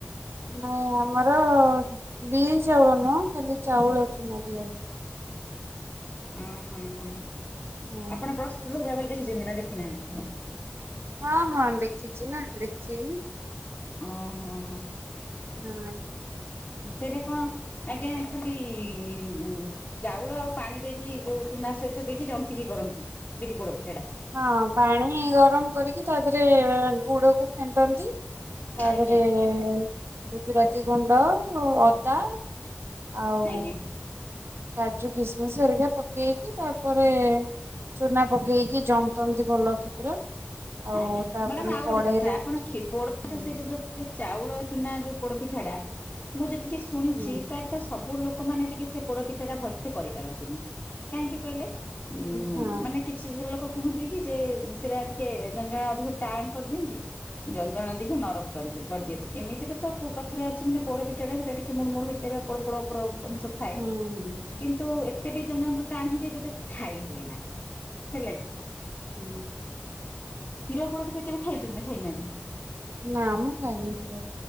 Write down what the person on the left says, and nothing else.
ହୁଁ-ହୁଁ-ହୁଁ,
ଆପଣ ପ୍ରସ୍ତୁତ ହେଲାବେଳେ ଦେଖିଛନ୍ତି ନା ଦେଖିନାହାନ୍ତି?
ହଁ-ହଁ-ହଁ।
ସେଇଟା କଣ ଆଜ୍ଞା ଖାଲି-ଇ-ଇ-ଇ ଉଁ ଚାଉଳ ଆଉ ପାଣି ଦେଇକି ଯୋଉ ଚୁନା ସହିତ ଦେଇକି ଜନ୍ତିକି କରନ୍ତି ବିରି ପୋଡ ପିଠାଟା?
ଆଜ୍ଞା
ଆଜ୍ଞା।
ଆଜ୍ଞା,
ମ୍ୟାଡାମ ଆଉ ଗୋଟେ
କଥା ଆପଣ କ୍ଷୀ ପୋଡପିଠା
ସେଇଟା ଯୋଉ <unintelligible> ଚାଉଳ ଚୁନା ଯୋଉ ପୋଡପିଠାଟା, ମୁଁ ଯେତିକି ଶୁଣିଛି
ପ୍ରାୟ ତ ସବୁ ଲୋକମାନେ ଟିକେ ସେ ପୋଡ ପିଠାଟା ଭଲସେ କରିପାରନ୍ତିନି, କାହିଁକି କହିଲେ? ଉଁ-ଉଁ,
ମାନେ କିଛି ଲୋକ କୁହନ୍ତି କି ଯେ ସେଟା ଟିକେ ଜଣେ ଜଣେ ଅଧିକ ଟାଣ୍ କରିଦିଅନ୍ତି। ଜଣଜଣ ଏମିତି ହି ନରମ କରିଦି କରିଦିଅନ୍ତି ଏମିତିରେ ତ କଥାରେ ଅଛି ମାନେ ପୋଡପିଠାଟା ସେଇଟା ଟିକେ ମୁଡ୍ ମୁଡ୍ ହେଇଥିବ। ପୋଡ-ପୋଡ ଉପର ଅଂଶ ଥାଏ
କିନ୍ତୁ ଏ ତେବେ ଜଣ ଜଣଙ୍କର ଟାଣ ହେଇଯାଏ ଯୋଉଟା କି ଖାଇ ହୁଏ ନା, ହେଲା କି।
କ୍ଷୀର ପୋଡ଼ ପିଠା କେବେ ଖାଇଛନ୍ତି ନା ଖାଇନାହାନ୍ତି?